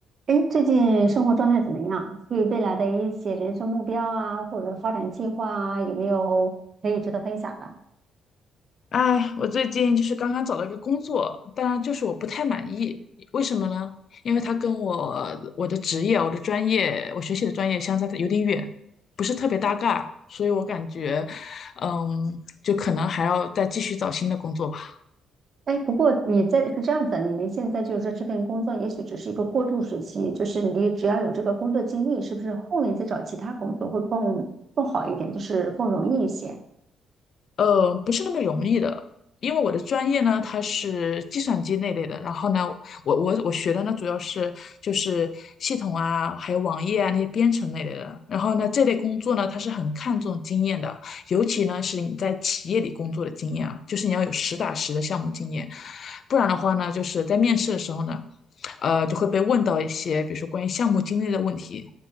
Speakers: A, on the right (about 50°); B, on the left (about 55°).
A: 哎，最近生活状态怎么样？对于未来的一些人生目标啊，或者发展计划啊，有没有可以值得分享的？
B: 哎，我最近就是刚刚找了一个工作，当然就是我不太满意，为什么呢？因为它跟我我的职业、我的专业、我学习的专业相差得有点远，不是特别搭嘎，所以我感觉，嗯，就可能还要再继续找新的工作吧。
A: 哎，不过你在是这样子的，你们现在就是说这份工作也许只是一个过渡时期，就是你只要有这个工作经历，是不是后面再找其他工作会更更好一点，就是更容易一些？
B: 呃，不是那么容易的，因为我的专业呢，它是计算机那类的。然后呢，我我我学的呢，主要是就是系统啊，还有网页啊那些编程那类的。然后呢，这类工作呢，它是很看重经验的，尤其呢是你在企业里工作的经验啊，就是你要有实打实的项目经验，不然的话呢，就是在面试的时候呢，呃，就会被问到一些，比如说关于项目经历的问题。